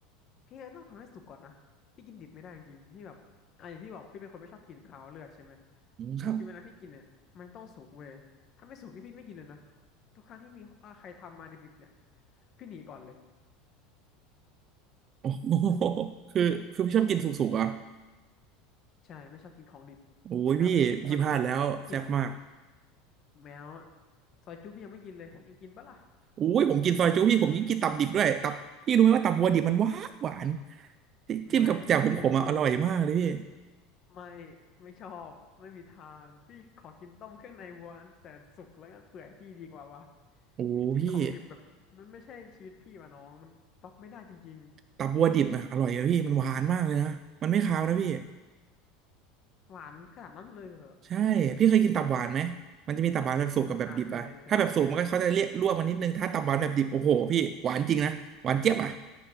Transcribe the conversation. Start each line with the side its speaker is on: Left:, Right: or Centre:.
Left: พี่ก็ต้องทำให้สุกก่อนนะพี่กินดิบไม่ได้จริงๆพี่แบบอ่ะอย่างที่บอกพี่เป็นคนไม่ชอบกินคาวเลือดใช่ไหม
Right: อืมครับ
Left: คือเวลาพี่กินเนี่ยมันต้องสุกเว้ยถ้าไม่สุกนี่พี่ไม่กินเลยนะทุกครั้งที่มีอ่ะใครทำมาดิบๆเนี่ยพี่หนีก่อนเลย
Right: โอ้โหคือคือพี่ชอบกินสุกๆอ่ะ
Left: ใช่ไม่ชอบกินของดิบ
Right: โอ้ยพี่พี่พลาดแล้วแซ่บมาก
Left: แบบมันกลิ่นแมวอะซอยจุ๊พี่ยังไม่กินเลยยังกินปะล่ะ
Right: โอ้ยผมกินซอยจุพี่ผมยิ่งกินตับดิบด้วยตับพี่รู้ไหมว่าตับวัวดิบมันหวานหวานจิจิ้มกับแจ่วขมๆอ่ะอร่อยมากเลยพี่
Left: ไม่ไม่รู้ ไม่ไม่ชอบไม่มีทางพี่ขอกินต้มเครื่องในวัวอันแสนสุกแล้วก็เปื่อยพี่ดีกว่าวะ
Right: โอ้พี่
Left: ให้กินของดิบแบบมันไม่ใช่ชีวิตพี่ว่ะน้องมันรับไม่ได้จริง
Right: ตับวัวดิบอ่ะอร่อยอะพี่มันหวานมากเลยนะมันไม่คาวนะพี่
Left: ๆหวานขนาดนั้นเลยเหรอ
Right: ใช่พี่เคยกินตับหวานไหมมันจะมีตับหวานแบบสุกกับแบบดิบอ่ะถ้าแบบสุกมันก็เขาจะเรียกลวกมันนิดนึงถ้าตับหวานแบบดิบโอ้โหพี่หวานจริงนะหวานเจี๊ยบอ่ะ
Left: อ่าเคยเคยเคยเคย